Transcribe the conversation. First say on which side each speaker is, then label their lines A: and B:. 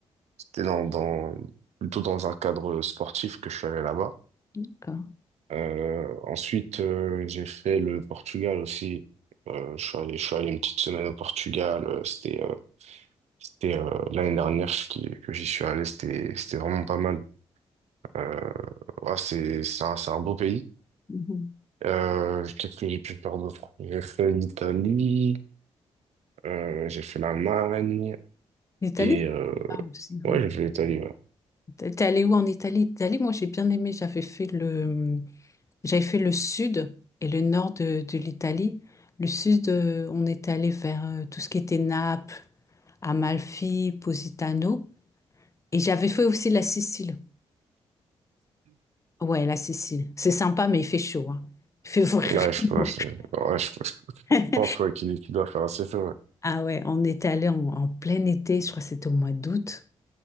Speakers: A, on the right; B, on the left.
A: c'était dans dans plutôt dans un cadre sportif que je suis allé là-bas
B: D'accord.
A: euh, ensuite euh, j'ai fait le Portugal aussi euh, je suis allé je suis allé une petite semaine au Portugal euh, c'était euh, c'était euh, l'année dernière je- qui- que j'y suis allé c'était c'était vraiment pas mal Euh, ouais, c'est, c'est un, c'est un beau pays.
B: Mhm.
A: Euh, qu'est-ce que j'ai pu faire d'autre? J'ai fait l'Italie, euh, j'ai fait l'Allemagne,
B: L'Italie?
A: et euh,
B: Ah, aussi,
A: ouais,
B: ouais.
A: j'ai fait l'Italie, ouais.
B: T'es t'es allé où en Italie? Italie, moi j'ai bien aimé, j'avais fait le, j'avais fait le sud et le nord de, de l'Italie. Le sud, euh, on était allé vers euh, tout ce qui était Naples, Amalfi, Positano. Et j'avais fait aussi la Sicile. Ouais, la Sicile. C'est sympa, mais il fait chaud, hein. Il fait vraiment.
A: Ouais, je, pense ouais, je- je- je
B: <laughs>
A: pense ouais, qu'il qu'il doit faire assez feu, ouais.
B: Ah ouais, on était allé en, en plein été, je crois que c'était au mois d'août.